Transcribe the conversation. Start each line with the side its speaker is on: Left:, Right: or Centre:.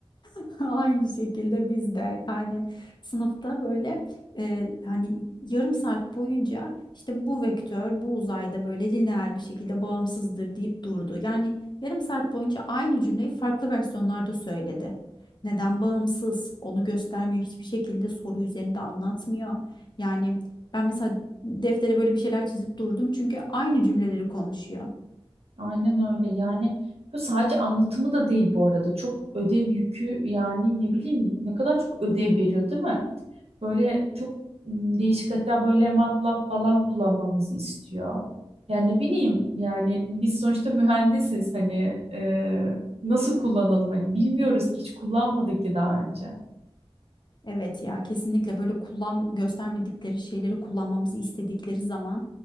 Left: <laughs> Aynı şekilde biz de yani sınıfta böyle e, hani yarım saat boyunca işte bu vektör bu uzayda böyle lineer bir şekilde bağımsızdır deyip durdu. Yani yarım saat boyunca aynı cümleyi farklı versiyonlarda söyledi. Neden bağımsız onu göstermiyor hiçbir şekilde soru üzerinde anlatmıyor. Yani ben mesela deftere böyle bir şeyler çizip durdum çünkü aynı cümleleri konuşuyor.
Right: Aynen öyle yani bu sadece anlatımı da değil bu arada çok ödev yükü yani ne bileyim ne kadar çok ödev veriyor değil mi? Böyle çok m, değişik hatta böyle MATLAB falan kullanmamızı istiyor. Yani ne bileyim yani biz sonuçta mühendisiz hani e, nasıl kullanalım hani bilmiyoruz ki hiç kullanmadık ki daha önce.
Left: Evet ya kesinlikle böyle kullan göstermedikleri şeyleri kullanmamızı istedikleri zaman